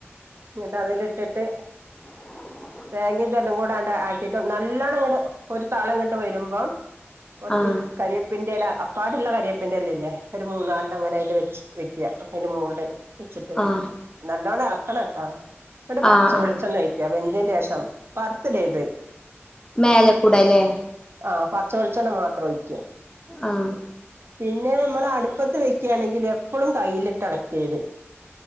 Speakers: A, on the right; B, on the left.
A: എന്നിട്ട അതില ഇട്ടിട്ട്
B: ഉ
A: തേങ്ങ ഇതെല്ലാം കൂടാണ്ട് ആക്കിട്ടും നല്ലോണം അങ്ങോട്ട് ഒരു താളം ഇങ്ങോട്ട് വരുമ്പം കൊറച്ച്
B: ആഹ്
A: കരിവപ്പിന്റെല അപ്പാടുള്ള കരിയപ്പിന്റെ അല്ലേല്ലേ ഒരു മൂന്ന നാലിന് അങ്ങനെ അതി വ വെക്കുക അപ്പ അതിന്റെ മുകളില് വെച്ചിട്ട്
B: ആഹ്
A: നല്ലോണ്ണം ഇളക്കണം കേട്ടാ എന്നട്ട്
B: ആഹ്
A: പച്ച
B: ആഹ്
A: വെളിച്ചന്നഴിക്ക വെന്തിന് ശേഷം ത്
B: മേലെക്കൂടെല്ലേ
A: ആ പച്ചവെളിച്ചെണ്ണ മാത്രം ഒഴിക്ക
B: ആഹ
A: പിന്നെ നമ്മൾ അടുപ്പത്ത് വെക്കയാണെങ്കിൽ എപ്പഴും കയ്ൽി് അളക്ട് ചെയ്ത്